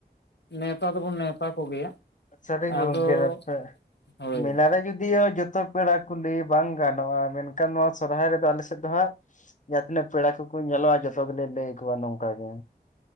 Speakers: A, on the left; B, on the left.
A: ᱱᱮᱛᱟ ᱫᱚᱵᱚᱱ ᱱᱮᱶᱛᱟ ᱠᱚᱜᱮᱭᱟ
B: ᱥᱟᱹᱨᱤ
A: ᱟᱫᱚ
B: ᱜᱮ ᱜᱚᱝᱠᱮ ᱛᱯᱮ
A: ᱦᱳᱭ
B: ᱢᱮᱞᱟᱨᱮ ᱡᱩᱫᱤ ᱡᱚᱛᱚ ᱯᱮᱲᱟ ᱠᱩᱞᱤ ᱵᱟᱝ ᱜᱟᱱᱚᱜᱼᱟ ᱢᱮᱱᱠᱷᱟᱱ ᱱᱚᱣᱟ ᱥᱚᱨᱦᱟᱭ ᱨᱮᱫᱚ ᱟᱞᱮ ᱥᱮᱫ ᱫᱚ ᱦᱟᱸᱜ ᱡᱟ ᱛᱤᱱᱟᱹᱜ ᱯᱮᱲᱟ ᱠᱚᱠᱚ ᱧᱮᱞᱚᱜᱼᱟ ᱡᱚᱛᱚᱜ ᱜᱮᱞᱮ ᱞᱟᱹᱭ ᱟᱠ ᱠᱚᱣᱟ ᱱᱚᱝᱠᱟ ᱜᱮ